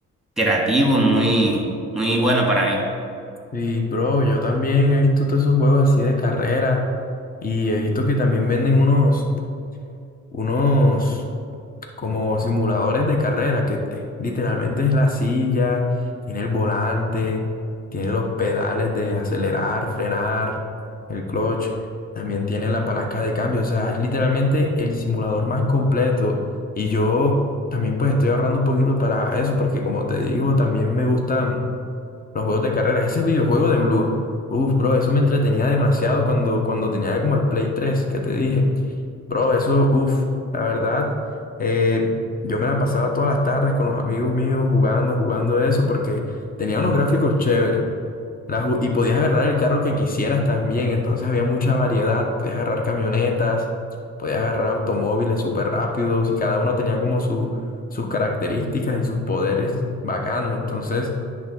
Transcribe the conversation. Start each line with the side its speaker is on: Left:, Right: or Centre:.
Centre: creativo, muy, muy bueno para mí.
Left: Y, bro, yo también he visto todos esos juegos así de carrera, y he visto que también venden unos, unos como simuladores de carrera, que eh, literalmente es la silla, tiene el volante, tiene los pedales de acelerar, frenar, el clutch, también tiene la palanca de cambio, o sea, es literalmente el simulador más completo. Y yo también pues estoy ahorrando un poquito para eso, porque como te digo, también me gustan los juegos de carreras, ese videojuego de Blur. Uf, bro, eso me entretenía demasiado cuando, cuando tenía como el Play 3 que te dije. Bro, eso, uff, la verdad, eh, yo me la pasaba todas las tardes con los amigos míos jugando, jugando eso, porque tenía unos gráficos chéveres. La ju- y podías agarrar el carro que quisieras también, entonces había mucha variedad. Podías agarrar camionetas, podías agarrar automóviles súper rápidos y cada uno tenía como su, sus características y sus poderes bacanos. Entonces,